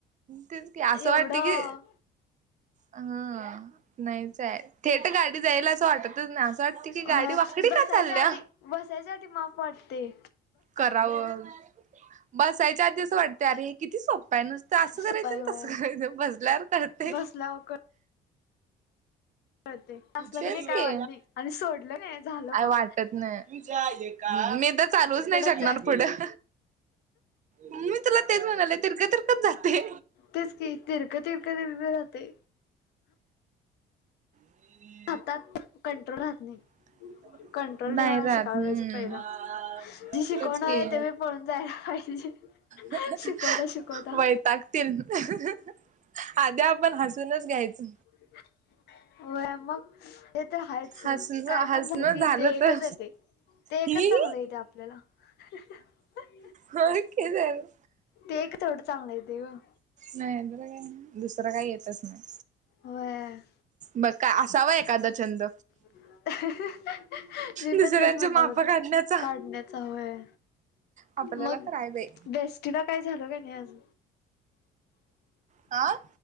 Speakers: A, on the right; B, on the left.
A: ते की, आसं
B: एवढं
A: वाटते की हं. नाहीचाय. थेट गाडी जायला असं वाटतच नाही. असं वाटत की
B: होय
A: गाडी वाकडी
B: बसायच्या
A: का चालल्या?
B: आधी बसायच्या आधी माप वाटतय.
A: करावं. बसायच्या आधीच वाटतय, अरे हे किती सोप पाय नुसतं, असं करायचं,
B: सुपाय
A: न
B: होय
A: तसं करायचं. बसल्यावर कळतय. <inaudible>
B: बसल्यावर कळते असलं
A: तेच
B: का नाही काय
A: की,
B: वाटत नाही आणि सोडलं नाही झालं
A: काय
B: मग
A: वाटत नाही. <inaudible> मी तर चालवूच
B: इकडच
A: नाही शकणार,
B: जायते
A: पुढं. मी तुला तेच म्हणाले. तिरक तिरकच जातय.
B: तेच की. तिरक-तिरकच ते <unintelligible> राहतय.
A: <unintelligible>
B: हातात, कंट्रोल राहत नाही.
A: <unintelligible>
B: कंट्रोल ठेवायला
A: नाही राहत
B: शिकायला
A: हम्म
B: पाहिजे पहिला. जी शिकवणार
A: तेच की
B: आहे ते बी पळून जायला पाहिजे.
A: <unintelligible>
B: शिकवता शिकवता
A: वैतागतील. <unintelligible> आधी आपण हसूनच घ्यायचं.
B: <inaudible> व्हय, मग. ते तर हायच सोड.
A: हसन
B: काय
A: हसणं
B: पण झालं की, ते एकच
A: तर
B: येतेय. ते एकच
A: ही
B: चांगलं येतेय, आपल्याला. <unintelligible>
A: होय की तर.
B: ते एक तेवडं चांगलं येतय गं.
A: नाही येत तर काय. दुसरं काही येतच नाही.
B: होय.
A: बघ काय, असावा एखादा छंद.
B: <unintelligible> मी पण
A: दुसऱ्यांचे
B: तेच म्हणणार
A: माप
B: होतो.
A: काढण्याचा
B: काढण्यात. च वय.
A: आपल्याला
B: मग,
A: तर आहे बाई
B: बेस्टीला काय झाल का नाही? अज
A: आ.